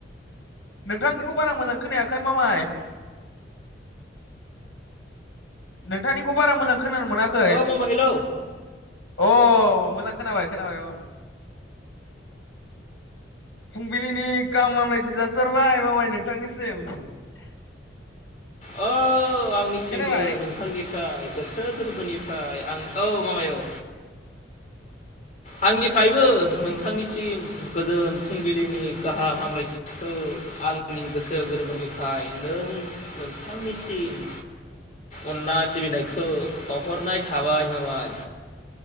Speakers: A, on the left; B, on the left.
A: नोंथांनिखौ बारा मोजां खोनायाखै मामाय नोंथांनिखौ बारा मोजां खोनानो मोनाखै
B: औ मामा हेलौ
A: अ मोजां खोनाबाय खोनाबाय फुंबिलिनि गाहाम हामलायथि जासिहरबाय मामाय नोंथांनिसिम <inaudible>
B: औ आंनिसिमबो
A: खोनाबाय
B: नोंथांनिफ्राय गोसो गोरबोनिफ्राय आं औ माबायाव आंनिफ्रायबो
A: औ औ
B: नोंथांनिसिम गोजोन फुंबिलिनि गाहाम हामलायथिखौ आं आंनि गोसो गोरबोनिफ्राय नों नोंथांनिसिम अननाय सिबिनायखौ बावहरनाय थाबाय माबाय